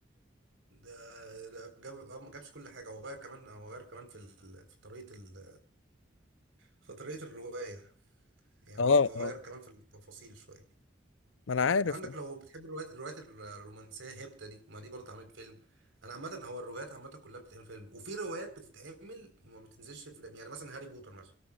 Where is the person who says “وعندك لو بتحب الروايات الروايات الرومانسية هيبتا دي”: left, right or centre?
Right